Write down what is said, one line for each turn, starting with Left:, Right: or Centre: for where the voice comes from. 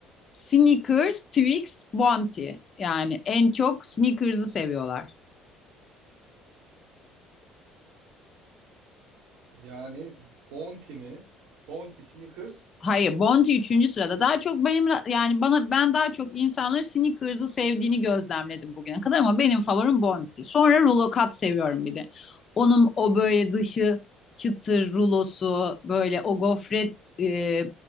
Left: Snickers, Twix, Bounty. Yani en çok Snickers'ı seviyorlar.
Right: yani Bounty mi? Bounty Snickers.
Left: Hayır, Bounty üçüncü sırada. Daha çok benim yani bana ben daha çok insanların Snickers'ı sevdiğini gözlemledim bugüne kadar ama benim favorim Bounty. Sonra rulo kat seviyorum bir de. Onun o böyle dışı çıtır rulosu böyle o gofret e,